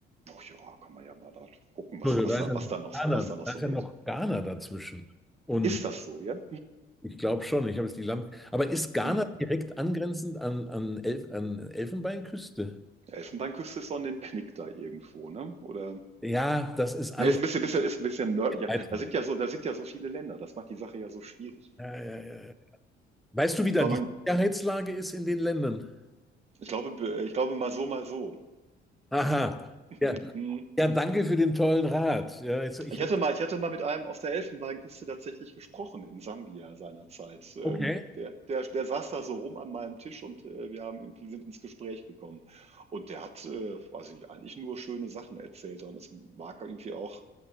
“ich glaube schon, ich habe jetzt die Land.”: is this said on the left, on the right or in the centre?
Centre